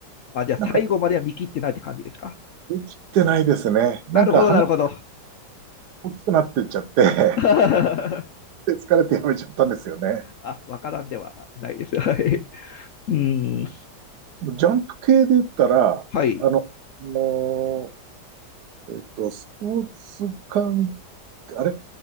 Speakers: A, on the left; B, on the right.
A: あ。あ、じゃあ最後までは見切ってないって感じですか。
B: なんか、できてないですね。なんか話が
A: なるほど、なるほど。
B: 大きくなってっちゃって、<laughs>
A: <laughs>
B: で疲れてやめちゃったんですよね。
A: あ、わからんではないです。<laughs> はい。うん。
B: ジャンプ系で言ったら、
A: はい。
B: あの、もうえっと、スポーツ関係、あれ